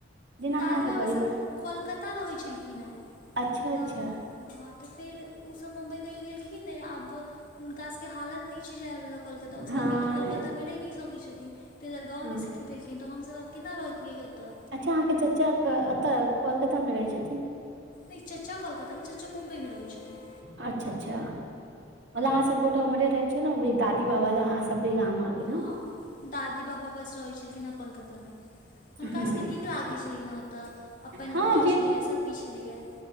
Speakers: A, on the right (about 70°); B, on the left (about 45°).
A: जेना
B: दादी
A: अहाँके
B: बाबासभ
A: परिवार
B: कोलकत्ता रहै छलखिन हेँ
A: अच्छा
B: तऽ
A: अच्छा
B: हँ तऽ फेर ओ सब मुम्बई कहियो गेलखिन नहि आब हुनका सबके हालत नहि छै जाय वला कलकत्ता ओ
A: हँ
B: सभ कलकत्तामे रहि नहि सकैत छथिन। तै दुआरे गाँवमे
A: हँ
B: सिफ्ट भेलखिन तऽ हमसभ आब केना रहतियै ओतऽ।
A: अहाँ के त चाचा एतऽ कोलकाता मे रहै छथिन।
B: नइ चचा कोलकाता मे नै चचा मुंबई मे रहै छथिन।
A: अच्छा अच्छा, मतलब अहाँ सब गोटा उम्हरे रहै छियै ने दादी बाबा ले अहाँ सब भी गाम आबि गेलियै।
B: हँ दादी बाबा बस रहै छलखिन है कोलकातामे। हुनकासभके
A: हूँ।
B: नीक लागै छलनि हँ ओतय अपन
A: हँ
B: घर छलैए सभकिछु छलैएा।